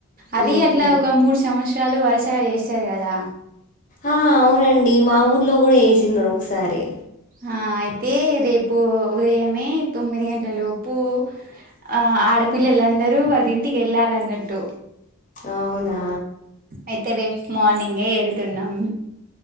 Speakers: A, on the left; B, on the right.
A: హుహు.
B: అది అట్లా ఒక మూడు సమస్రలు చాలు వరుసగా చేస్తారు కదా
A: ఆ అవునండి మా ఊర్లో కూడా వ చిన్నారు ఒకసారి
B: ఆ అయితే రేపు ఉదయమే తొమ్మిది గంటలలోపు ఆ ఆడపిల్లలందరూ వాళ్ళ ఇంటికి వెళ్ళాలన్నట్టు
A: అవునా
B: అయితే రేపు మార్నింగే వెళ్తున్నాం